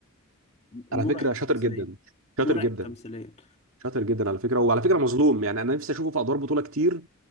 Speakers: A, on the left; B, on the right.
A: مرعب
B: على فكره شاطر
A: تمثيليا
B: جدا
A: مرعب
B: شاطر جدا
A: تمثيليا
B: شاطر جدا على فكره وعلى فكره مظلوم يعني انا نفسي اشوفه في ادوار بطوله كتير